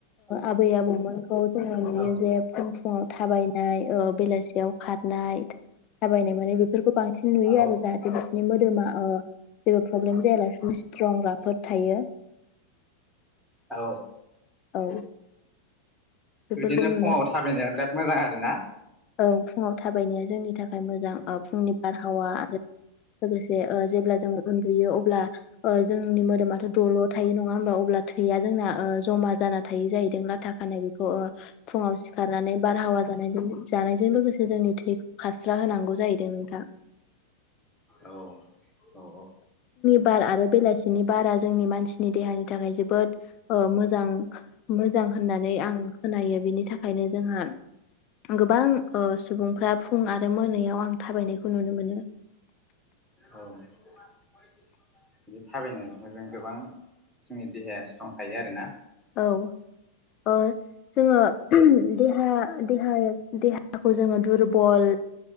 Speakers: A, in the centre; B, on the left.
A: औ
B: आबै आबौमोनखौ जोङो नुयो
A: औ
B: जे फुं फुङाव थाबायनाय ओ बेलासियाव खारनाय थाबायनाय माने बेफोरखौ बांसिन नुयो
A: औ
B: आरो जाहाथे बिसिरनि मोदोमा ओ जेबो प्रब्लेम जायालासिनि स्ट्रं राफोद थायो
A: औ
B: औ बेफोरखौ
A: बिदिनो
B: नुनाय
A: फुङाव थाबायनाया बिराद मोजां आरोना
B: औ फुंआव थाबायनाया जोंनि थाखाय मोजां। फुंनि बारहावा आरो लोगोसे जेब्ला जोङो बियो अब्ला जोंनि मोदोमाथ दल थायो नङा होमबा अब्ला थैया जोंना जमा जाना थायो जाहैदों लाथा खानाय बेखौ फुङाव सिखारनानै बारहावा जानायजों जानायजों लोगोसे जोंनि थैखौ खा जा होनांगौ जाहैदों नोंथां।
A: औ औ औ।
B: नि बार आरो बेलासिनि बारा जोंनि मानसिनि देहानि थाखाय जोबोद मोजां मोजां होननानै आं खोनायो बिनि थाखायनो जोंहा गोबां सुबुंफ्रा फुं आरो मोनायाव आं थाबायनायखौ नुनो मोनो।
A: औ बिदि थाबायनायजों जों गोबां जोंनि देहाया स्ट्रं थायो आरोना
B: औ ओ जोङो देहा देहा देहाखौ जोङो दुरबल